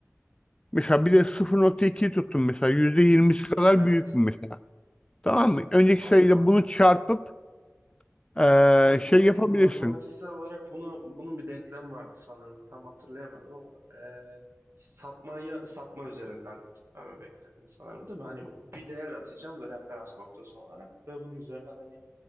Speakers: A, on the left (about 20°); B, on the right (about 55°).
A: mesela bir de 0.2'yi tuttun mesela %20'si kadar
B: Evet.
A: büyük mü mesela tamam mı?
B: Hmm,
A: Önceki
B: ah,
A: sayıyla
B: ah.
A: bunu çarpıp Ee,
B: Ha,
A: şey yapabilirsin.
B: matematiksel olarak bunu bunun bir denklem vardı sanırım. Tam hatırlayamadım ama eee sapmayı sapma üzerinden gitmemi bekledin sanırım değil mi? Hani bir değer atacağım ve referans noktası olarak ve bunun üzerinden hani